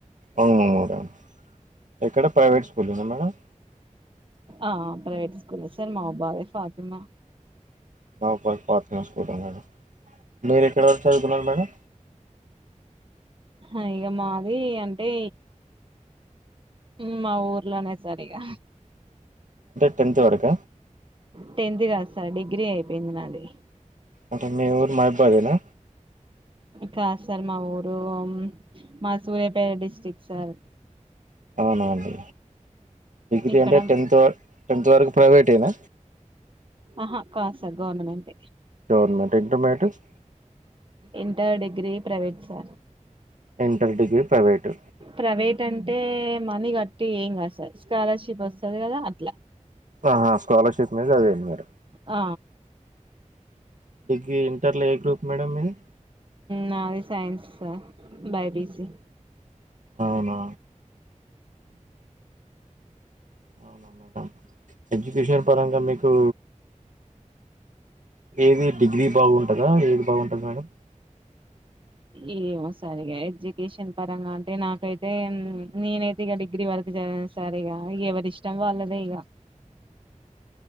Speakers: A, on the right; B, on the right.
A: అవునా ఎక్కడ ప్రైవేట్ స్కూల్ లోనా మేడమ్
B: ఆ ప్రైవేట్ స్కూల్ సార్ మా బాబే ఫాతిమా
A: నాంపల్లి ఫాతిమా స్కూలా మేడం మీరు ఎక్కడ వరకు చదువు నారు మేడం
B: అయో మావి అంటే ఉమ్ మా ఊర్లోనే సరిగా
A: టెన్త్ వరక
B: టెన్త్ కాదు సార్ డిగ్రీ అయిపోయింది నాది
A: అంటే మీ ఊరు మహబూబ్నగర్ ఏనా
B: కాదు సార్ మా ఊరు మా ఊరు సూర్యాపేట డిస్టిక్ సార్
A: అవునఅండి డిగ్రీ
B: ఇక్కడ
A: అంటే టెన్త్ టెన్త్ వరకు ప్రైవేట్ యేన
B: ఆహా కాదు సార్ గవర్నమెంట్
A: గవర్నమెంట్ టెన్త్మ్యాట్రెస్
B: inter degree private sir
A: inter degree private
B: private అంటే మనీ కట్టి ఏం కాదు సార్ స్కాలర్షిప్ వస్తుంది కదా అట్లా
A: ఆహా స్కాలర్షిప్ మీద చదివింది మరే
B: ఆ
A: డిగ్రీ ఇంటర్ లో ఏ గ్రూప్ మేడం మీది
B: నాది సైన్స్ సార్ బైపిసి
A: అవునా అవునా ఎడ్యుకేషన్ పరంగా మీకు ఏది డిగ్రీ బాగున్నా- ఉంటందా ఏది బాగుంటది మేడం
B: ఏమో సరిగా ఎడ్యుకేషన్ పరంగా అంటే నాకైతే నేనైతే ఇక డిగ్రీ వరకు చదిన సరిగా ఎవరి ఇష్టం వాళ్ళదే ఇక